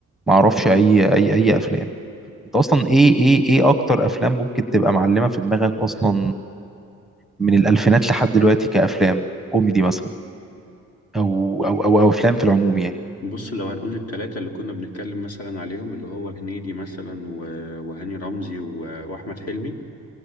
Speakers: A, in the centre; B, on the left.
A: ما اعرفش اي اي اي افلام انت اصلا ايه ايه ايه اكتر افلام ممكن تبقى معلمة في دماغك اصلا من الألفينات لحد دلوقتي كأفلام كوميدي مثلا أو أو أو, أو أفلام في العموم يعني
B: بص لو هنقول التلاتة اللي كنا بنتكلم مثلا عليهم اللي هو هنيدي مثلا و- وهاني رمزي و- وأحمد حلمي